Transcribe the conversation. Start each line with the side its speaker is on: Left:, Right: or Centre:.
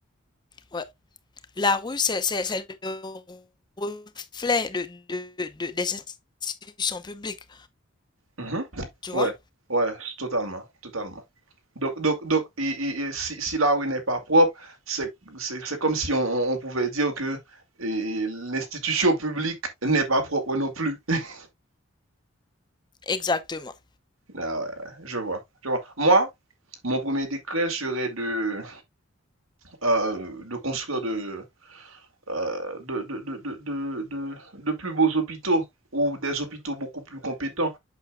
Left: ouais, La rue, c'est c'est- le reflet de, de- de- des institutions publiques,
Right: Mhm.
Left: tu
Right: Ouais,
Left: vois?
Right: ouais, totalement, totalement. Donc, donc, donc et- et- et si, si la rue n'est pas propre, c'est c'est- c'est comme si on, on- pouvait dire que et l'institution publique n'est pas propre non plus. <laughs>
Left: Exactement.
Right: Ah ouais, ouais, je vois, je vois. Moi, mon premier décret serait de, euh, de construire de, euh, de, de, de, de, de, de de plus beaux hôpitaux ou des hôpitaux beaucoup plus compétents.